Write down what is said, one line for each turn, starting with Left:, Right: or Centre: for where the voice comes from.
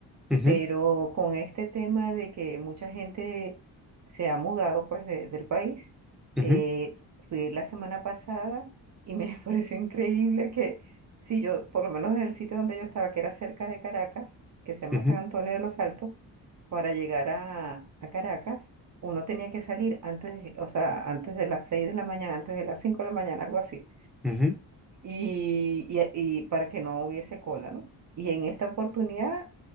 Centre: ujú,
Right: Pero con este tema de que mucha gente se ha mudado pues de- del país,
Centre: ujú,
Right: eh, fui la semana pasada y me <laughs> pareció increíble que si yo, por lo menos en el sitio donde yo estaba, que era cerca de Caracas, que se llama
Centre: ujú,
Right: San Antonio de los Altos, para llegar a, a Caracas, uno tenía que salir antes, de- o sea, antes de las 6 de la mañana, antes de las 5 de la mañana, algo así
Centre: ujú. ujú.
Right: y, y- y para que no hubiese cola, ¿no? Y en esta oportunidad